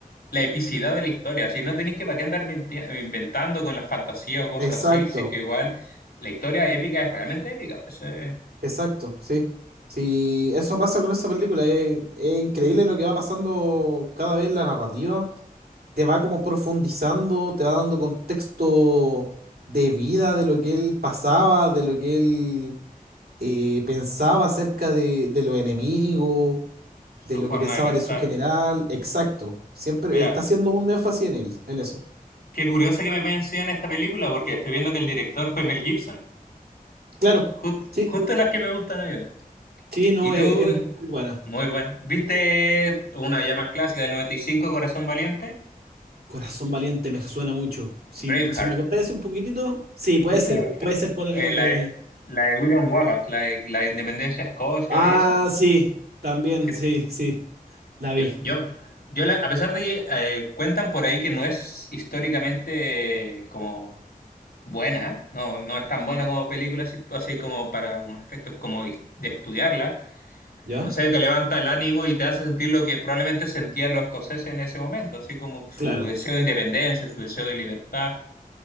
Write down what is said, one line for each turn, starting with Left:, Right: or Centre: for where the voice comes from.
Left: la epicidad de la historia. Si no tenéis que para qué andar minti- inventando con la fantasía o cosas
Right: exacto,
Left: así, si es que igual la historia épica es realmente épica. Esa es
Right: exacto, sí. Sí, eso pasa con esa película. es Es, increíble lo que va pasando cada vez en la narrativa. Te va como profundizando, te va dando contexto de vida, de lo que él pasaba, de lo que él eh, pensaba acerca de, de los enemigos
Left: su
Right: de lo
Left: forma
Right: que pensaba
Left: de pensar.
Right: de su general, exacto. Siempre
Left: Mira,
Right: está haciendo un énfasis en él, en eso.
Left: qué curioso que me mencionen esta película, porque estoy viendo que el director fue Mel Gibson.
Right: Claro,
Left: Jus-
Right: sí,
Left: justo las que me gustan a mí.
Right: sí, no,
Left: Y tú,
Right: es, es muy buena.
Left: muy bueno. ¿Viste una ya más clásica del 95, Corazón Valiente?
Right: Corazón Valiente me suena mucho. Si,
Left: Braveheart.
Right: si me contáis hace un poquitito, sí, puede
Left: Yo
Right: ser,
Left: creo que
Right: puede ser
Left: eh,
Right: por el
Left: eh,
Right: nombre.
Left: la, de la de William Wallace, la de la Independencia de Escocia
Right: Ah,
Left: y eso.
Right: sí, también,
Left: sí,
Right: sí, sí, la vi.
Left: yo, yo, yo la- a pesar de que eh, cuentan por ahí que no es históricamente eh, como buena, no, no es tan buena como película, así, así como para un efecto es como de, de estudiarla.
Right: ¿Ya?
Left: No sé, te levanta el ánimo y te hace sentir lo que probablemente sentían los escoceses en ese momento, así como su
Right: Claro,
Left: deseo de independencia, su deseo de libertad